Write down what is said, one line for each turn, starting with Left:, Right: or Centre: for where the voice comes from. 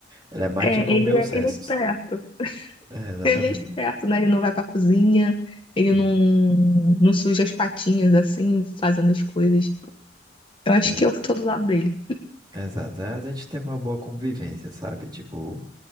Right: Ele é mais
Left: É,
Right: de comer
Left: ele
Right: os
Left: é,
Right: restos.
Left: ele é esperto.
Right: É, exatamente.
Left: Ele é esperto, né? Ele não vai pra cozinha, ele
Right: Hum,
Left: não, não suja as patinhas assim, fazendo as coisas. Eu acho
Right: exa-
Left: que eu tô do lado dele.
Right: Exato. É, a gente tem uma boa convivência, sabe? Tipo,